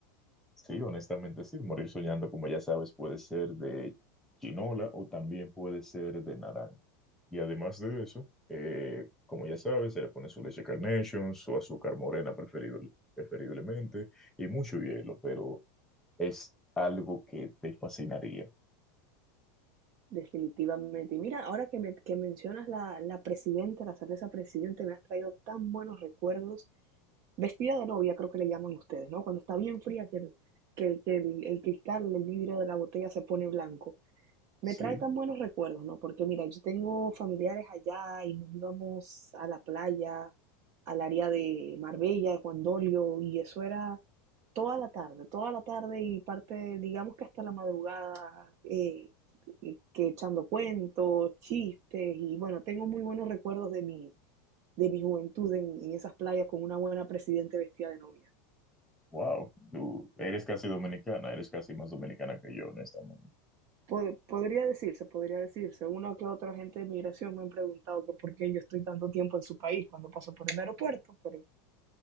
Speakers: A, in the centre; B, on the right.
A: Sí, honestamente sí. Morir soñando, como ya sabes, puede ser de chinola o también puede ser de naranja. Y además de eso, eh, como ya sabes, se le pone su leche Carnation, su azúcar morena preferible- preferiblemente y mucho hielo, pero es algo que te fascinaría.
B: definitivamente. Y mira, ahora que, me, que mencionas la, la presidenta, la cerveza presidente, me has traído tan buenos recuerdos. Vestida de novia, creo que le llaman ustedes, ¿no? Cuando está bien fría, que el, que, que el, el cristal, el vidrio de la botella se pone blanco. Me
A: Sí.
B: trae tan buenos recuerdos, ¿no? Porque mira, yo tengo familiares allá y nos íbamos a la playa, al área de Marbella, de Juan Dolio, y eso era toda la tarde, toda la tarde y parte, digamos que hasta la madrugada, eh, eh, que echando cuentos, chistes, y bueno, tengo muy buenos recuerdos de mi, de mi juventud en, en esas playas con una buena presidente vestida de novia.
A: Wow, tú eres casi dominicana, eres casi más dominicana que yo, honestamente.
B: Pod- podría decirse, podría decirse. Una que otra gente de migración me han preguntado que por qué yo estoy tanto tiempo en su país cuando paso por el aeropuerto, pero